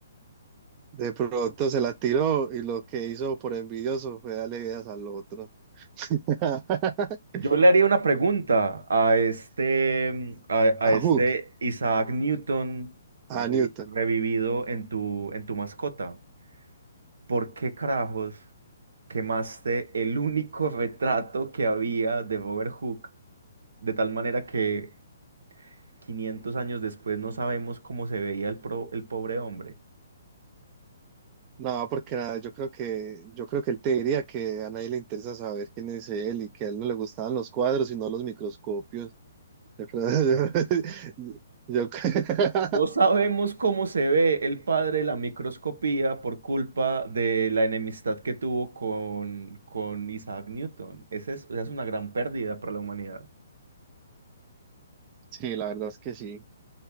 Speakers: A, on the right; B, on the right.
A: de pronto se la tiró y lo que hizo por envidioso fue darle ideas al otro. <laughs>
B: Yo le haría una pregunta a este, a, a
A: A
B: este
A: Hook,
B: Isaac Newton
A: a
B: revi-
A: Newton.
B: revivido en tu, en tu mascota. ¿por qué carajos quemaste el único retrato que había de Robert Hooke? De tal manera que 500 años después no sabemos cómo se veía el, pro- el pobre hombre.
A: No, porque nada, yo creo que, yo creo que él te diría que a nadie le interesa saber quién es él y que a él no le gustaban los cuadros, sino los microscopios. Yo creo, <laughs> yo- yo <laughs>
B: No sabemos cómo se ve el padre de la microscopía por culpa de la enemistad que tuvo con, con Isaac Newton. Esa es, esa es una gran pérdida para la humanidad.
A: sí, la verdad es que sí.